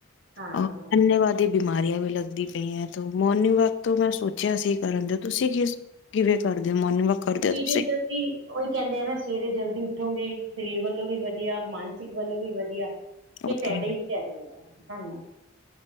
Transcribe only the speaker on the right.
ਹਾਂ
<unintelligible>
ਚ ਅਸੀ ਔਹੀ ਕਹਿੰਦੇ ਆ ਨਾ ਸਵੇਰੇ ਜਲਦੀ ਉੱਠੋਗੇ ਸਰੀਰ ਵੱਲੋਂ ਵੀ ਵਧੀਆ, ਮਾਨਸਿਕ ਵੱਲੋਂ ਵੀ ਵਧੀਆ।
ਇਹ ਕਹਿਦੇ
ਹੀ ਕਹਿਦੇ ਐ, ਸਾਨੂੰ।